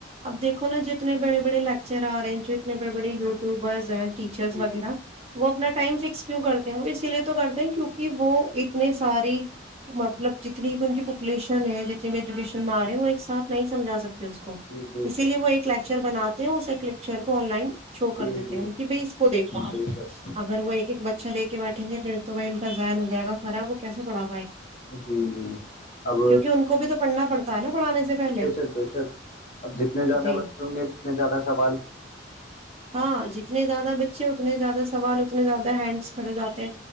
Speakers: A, on the right; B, on the left.
A: اب دیکھو نا جتنے بڑے بڑے عقے لیکچر آ رہے ہیں جو اتنے بڑے بڑے یوٹیوبرس ہیں ٹیچرس
B: جی
A: وغیرہ
B: جی
A: وہ اپنا ٹائم فکس کیوں کرتے ہیں وہ اسی لیے تو کرتے ہیں کیونکہ وہ اتنے ساری مطلب جتنی بھی ان کی پاپولیشن ہے جی ایجوش مار رہ ہو سات نہیں سمجھا سکتے کو
B: جی بے
A: اسی لیے وہ ایکس چر بناتے ہیں اس ایک لییکچر کو آن لائن
B: شک
A: شو کر
B: جی
A: دیتے
B: جی
A: ہیں کہ بھائی اس کو دیکھو آپ
B: بے شک
A: اگر وہ ایک ایک بچہ لے کے بیھٹیں گے پھر تو وہ ان کا ذہن ہو جائےا خرا وہ کیسے پڑا
B: جی جی اب
A: کیونکہ ان کو بھی تو پڑنا پڑتا ہے نا پڑھانے سے پہلے
B: بے شک بے شک اب جتنے زیادہ
A: جی
B: بچے ہوں گے اتنے زیادہ سوال
A: ہاں جتنے زیادہ بچے ہو اتنے زیادہ سوال اتنے زیادہ ہینڈس کڑے جاتے